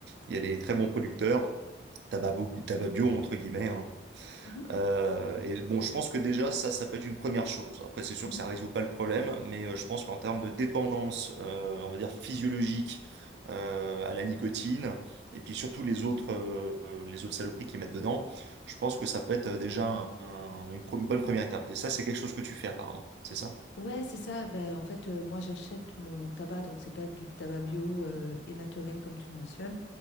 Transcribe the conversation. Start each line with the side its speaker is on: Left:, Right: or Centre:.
Right: il y a des très bons producteurs, tabac, bo- tabac bio, entre guillemets. hein.
Left: Mhm.
Right: Euh, et bon, je pense que déjà, ça, ça peut être une première chose. Après, c'est sûr
Left: Mhm.
Right: que ça résout pas le problème, mais euh, je pense qu'en termes de dépendance, euh, on va dire physiologique, euh, à la nicotine, et puis surtout les autres, euh, les autres saloperies qu'ils mettent dedans, je pense que ça peut être euh, déjà un- un- une, pro- une bonne première étape. Et ça, c'est quelque chose que tu fais apparemment, c'est ça?
Left: Ouais, c'est ça. Ben, en fait, euh, moi, j'achète mon tabac, donc c'est pas du tabac bio euh, et naturel comme tu le mentionnes,